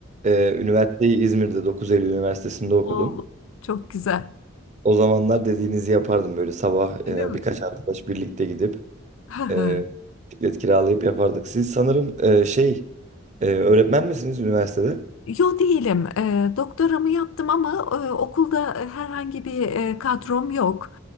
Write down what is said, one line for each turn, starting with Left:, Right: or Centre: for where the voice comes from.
Right: e, üniversiteyi İzmir'de 9 Eylül Üniversitesi'nde okudum.
Left: o çok güzel.
Right: O zamanlar dediğinizi yapardım böyle sabah
Left: Öyle
Right: e,
Left: mi?
Right: birkaç arkadaş birlikte gidip
Left: <laughs>
Right: e, bisiklet kiralayıp yapardık. Siz sanırım e, şey Ee, öğretmen misiniz üniversitede?
Left: Yo değilim. E, doktoramı yaptım ama e, okulda herhangi bir e, kadrom yok.